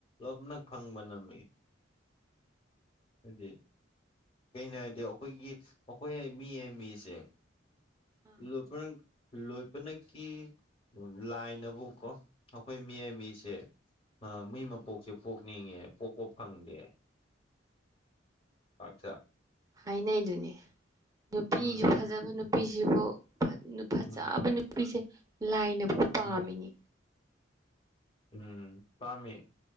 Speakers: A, on the left; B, on the right.
A: ꯂꯣꯞꯅ ꯐꯪꯕ ꯅꯝꯃꯤ
B: <unintelligible>
A: ꯖꯤ ꯀꯩꯅꯣ ꯍꯥꯏꯗꯤ ꯑꯩꯈꯣꯏꯒꯤ ꯑꯩꯈꯣꯏ ꯃꯤ ꯑꯃ ꯃꯤꯁꯦ
B: ꯑ
A: ꯂ ꯂꯣꯏꯕꯅꯀꯤ ꯂꯥꯏꯟꯕꯨ ꯀꯣ ꯑꯩꯈꯣꯏ ꯃꯤ ꯑꯏ ꯃꯤꯁꯦ
B: ꯎꯝ
A: ꯃꯤ ꯃꯄꯣꯛꯁꯦ ꯄꯣꯛꯅꯤꯡꯉꯦꯕ ꯀꯣ ꯀꯣ ꯐꯪꯗꯦ ꯑꯠꯆꯥ
B: ꯍꯥꯏꯅꯩꯗꯨꯅꯤ ꯅꯨꯄꯤꯁꯨ
A: ꯎꯝ
B: ꯐꯖꯕ ꯅꯨꯄꯤꯁꯤꯕꯨ ꯐꯖꯕ
A: ꯎꯝ
B: ꯅꯨꯄꯤꯁꯦ ꯂꯥꯏꯅꯕꯨ ꯄꯥꯝꯃꯤꯅꯦ
A: ꯎꯝ ꯎꯝ ꯄꯥꯝꯃꯤ